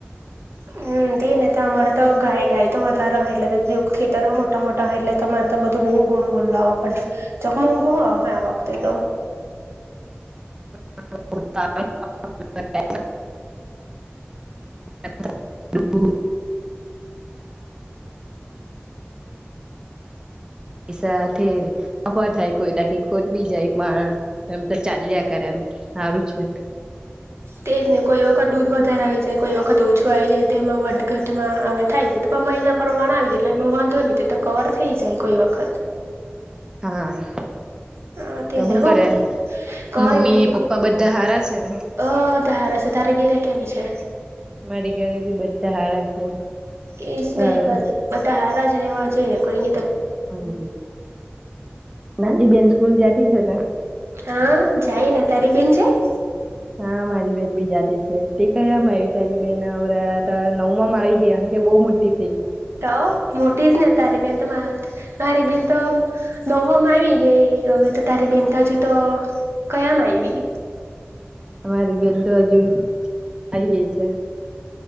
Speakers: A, on the right; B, on the right.
A: હમ. ને તો તમારા તો ગાય ગાય તો વધારે હોય એટલે ખેતરરો મોટા મોટા હોય એટલે તમારે તો બધું બહુ. ું બલો આ ચકમંગુ હો હે આ વખતે તો.
B: <unintelligible> <unintelligible> <unintelligible> ઠેલ <unintelligible> હવા થઠાય કોઈ ડખી ખોદ બી જાય માાર એમ તો ચાલ્યા કરે એમ સારું છે.
A: તેજ નહ કોઈ વખત દૂધ વધારે આવી જાય કોઈ વખત. છુંઈ જાય તે એમાં વટઘટમાં આવે થાય જાય તો પણ મહિના પ્રમાણ આવી જાય એટલે વાંધો નહી તે તો કવર થઈ જાય. કોઈ વખત
B: હા
A: હ તેને
B: તો શું
A: હો.
B: કરે
A: કઈ
B: મમ્મી
A: ન
B: પપ્પા બધા હારા છે ને
A: અ તારા છે તારે ઘેરે કેમ છે.
B: મારી ઘરે બી બધા હારા છે.
A: એ જ
B: હ
A: ને બધા હારાજને એવા જે કોઈ.
B: હમ નાની બેન સ્કૂલ જતી છે ને.
A: હા જાયને તારી બેન જાય.
B: હા મારી બેન બી જાતી છે તે કયામાં આવી તારી બેનવરા નવમામ મા આવીગ હે બહ. મુટી
A: તો મોટી જ ને તારી બેન. તારી બેન તો નવામાં આવી ગઈ હવે તો તારી બેન તો હજુ તો. કયામાં આવીવી.
B: અમારી બેલ તો હજુ થઈ ગઈ છે.